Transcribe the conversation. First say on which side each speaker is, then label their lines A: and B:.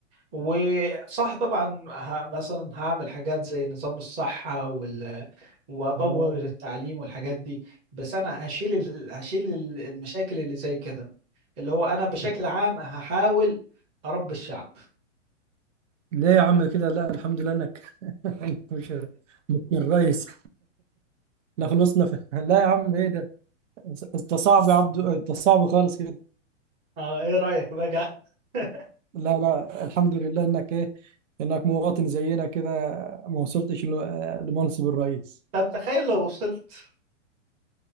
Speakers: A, on the right (about 15°); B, on the right (about 75°).
A: وصح طبعا ه- مثلا هعمل حاجات زي نظام الصحة وال واطور
B: آه.
A: التعليم والحاجات دي بس انا هشيل ال... هشيل ال- المشاكل اللي زي كده اللي هو انا بشكل عام هحاول اربي الشعب
B: ليه يا عم كده لا الحمد لله انك <laughs> إنك مش مش الرئيس لا خلصنا في... <laughs> لا يا عم ايه ده انت صعب يا عبدو انت صعب خالص كده
A: اه ايه رأيك بقى <laughs>
B: لا لا الحمد لله انك ايه انك مواطن زينا كده ما وصلتش ل- لمنصب الرئيس
A: طب تخيل لو وصلت